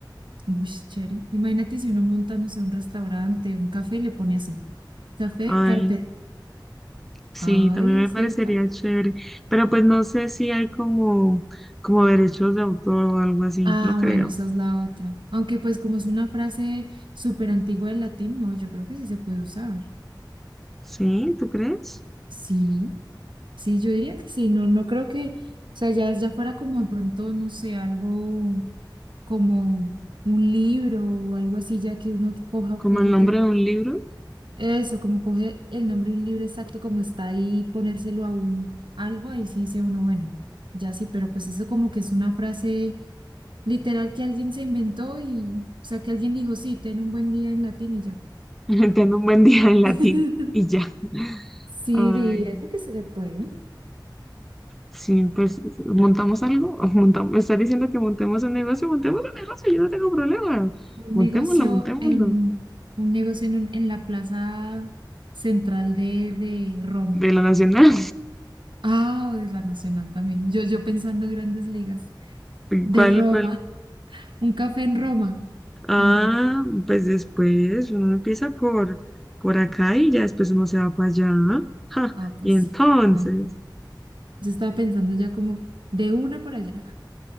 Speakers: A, on the right; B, in the centre.
A: Uy, sí, chévere. Imagínate si uno monta, no sé, un restaurante, un café y le pone así. Café,
B: Ay.
A: carpeta.
B: Sí,
A: Ay,
B: también me
A: ¿cierto?
B: parecería chévere, pero pues no sé si hay como, como derechos de autor o algo así,
A: Ah,
B: no creo.
A: bueno, esa es la otra. Aunque pues como es una frase súper antigua del latín, no, yo creo que sí se puede usar.
B: ¿Sí? ¿Tú crees?
A: Sí, sí, yo diría que sí. No, no creo que, o sea, ya, ya fuera como de pronto, no sé, algo como un libro o algo así, ya que uno coja
B: Como
A: cosas
B: el nombre
A: de
B: de un libro,
A: Eso, como coge el nombre de un libro exacto como está ahí, y ponérselo a un algo, ahí sí dice uno, bueno, ya sí, pero pues eso como que es una frase literal que alguien se inventó y, o sea, que alguien dijo, sí, ten un buen día en latín y ya.
B: <laughs> Entiendo un buen día en latín
A: <laughs>
B: y ya. <laughs>
A: Sí,
B: Ay,
A: diría yo que sí se puede.
B: sí, pues montamos algo, <laughs> montamos, me está diciendo que montemos un negocio, montemos un negocio, yo no tengo problema,
A: Un
B: montémoslo,
A: negocio
B: montémoslo,
A: en, un negocio en, un- en la plaza central de, de Roma.
B: de la nacional.
A: Ah, o de la Nacional también. Yo, yo pensando en grandes ligas.
B: <laughs>
A: De
B: ¿Cuál,
A: Roma,
B: cuál
A: un café en Roma.
B: Ah,
A: En Roma
B: pues después uno empieza por, por acá y ya después uno se va para allá. ¿no? Ja,
A: Ah, pues
B: y entonces,
A: sí. también. Yo estaba pensando ya como de una para allá.